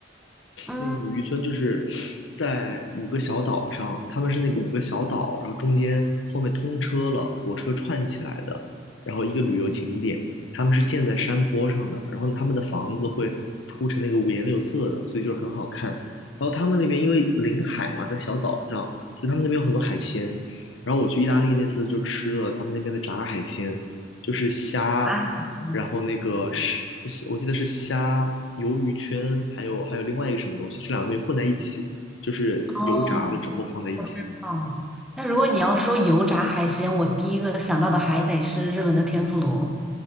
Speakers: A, in the centre; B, on the left.
A: 嗯，
B: 那个五渔村就是在五个小岛上，他们是那个五个小岛，然后中间后面通车了，火车串起来的，然后一个旅游景点，他们是建在山坡上的，然后他们的房子会铺成那个五颜六色的，所以就是很好看。然后他们那边因为临海嘛，在小岛上，所以他们那边有很多海鲜。然后我去意大利那次就吃了他们那边的炸海鲜，就是虾。
A: 炸海鲜，
B: 然后那个是，我记得是虾、鱿鱼圈，还有还有另外一个什么东西，这两个东西混在一起，就是油炸了之后放在一起。
A: 哦，我知道。但如果你要说油炸海鲜，我第一个想到的还得是日本的天妇罗。